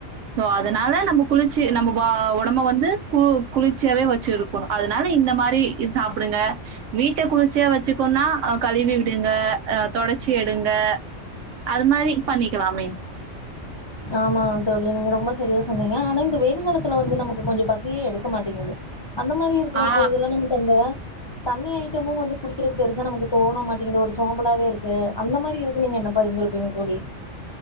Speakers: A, on the right (about 80°); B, on the left (about 45°).
A: சோ அதனால நம்ம குளிர்ச்சி நம்ம ஒ ஒடம்ப வந்து கு குளிர்ச்சியாவே வச்சுருக்கணும் அதனால இந்த மாரி சாப்பிடுங்க வீட்ட குளிர்ச்சியா வச்சுக்கோன்னா அ கழுவி விடுங்க அ தொடச்சி எடுங்க அது மாரி பண்ணிக்கலாமே
B: ஆமா தோழி நீங்க ரொம்ப சரியா சொன்னீங்க ஆனா இந்த வெயில் காலத்துல வந்து நமக்கு கொஞ்சோ பசியே எடுக்க மாட்டேங்குது அந்த மாரி இருக்கிற
A: ஆ
B: பொழுதுல்லா நமக்கு அந்த தண்ணி ஐட்டமும் வந்து குடிக்கிறதுக்கு பெருசா நமக்கு தோண மாட்டேங்குது ஒரு சோம்பலாவே இருக்கு அந்த மாரி இருக்கு நீங்க என்ன பண்ணி <unintelligible> தோழி